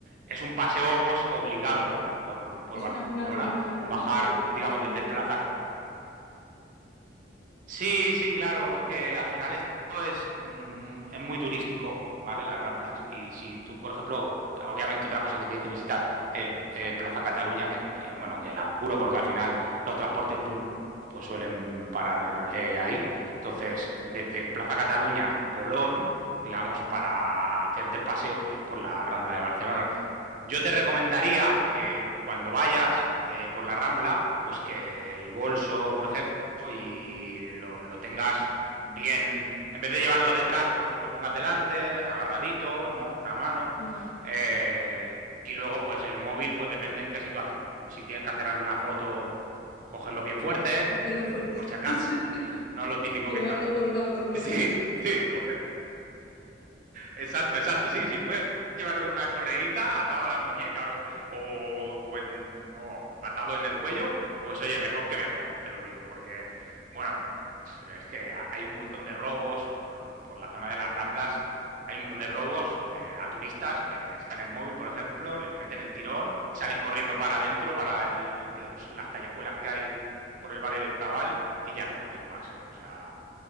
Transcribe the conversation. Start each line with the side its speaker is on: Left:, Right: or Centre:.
Right: es un paseo digamos, obligado, ¿no? Por, por
Left: Es
Right: Barcelona,
Left: una zona turística,
Right: bajar,
Left: ¿no? Que
Right: digamos,
Left: que suele
Right: desde Plaza Sí, sí, claro, es que al final esto es, mm, es muy turístico, ¿vale? Las Ramblas. Y si tú, por ejemplo, obviamente otra cosa que tienes que visitar es eh, Plaza Cataluña, que eh, bueno, que la curo porque al final los transportes públicos pues suelen parar eh, ahí. Entonces, desde Plaza Cataluña a Colón, digamos, para hacerte el paseo, pues es por la Rambla de Barcelona. Yo te recomendaría que cuando vayas eh, por la Rambla, pues que el bolso, por ejemplo, y lo, lo tengas bien, en vez de llevarlo detrás, pues lo pongas delante, agarradito, ¿no? Una mano.
Left: mm,
Right: Eh, y luego, pues el móvil, pues depende en qué situación, si tienes que hacer alguna foto, cogerlo bien fuerte,
Left: hacerlo fuerte.
Right: por si acaso.
Left: <laughs>
Right: No lo típico
Left: Llevarlo
Right: que está. <laughs>
Left: colgado, por lo menos.
Right: Sí, sí, coge. Exacto, exacto, sí, si puedes llevarlo con una correguita atado a la muñeca o, lo- o- o en- o atado en el cuello, pues oye, mejor que mejor, te lo digo, porque, bueno, es que hay un montón de robos por, por la zona de las Ramblas. Hay un montón de robos de, a turistas que están en el móvil, por ejemplo, les meten el tirón, salen corriendo para adentro, para el, digamos, las callejuelas que hay por el barrio de Raval y ya no los ven más. ¿eh? O sea,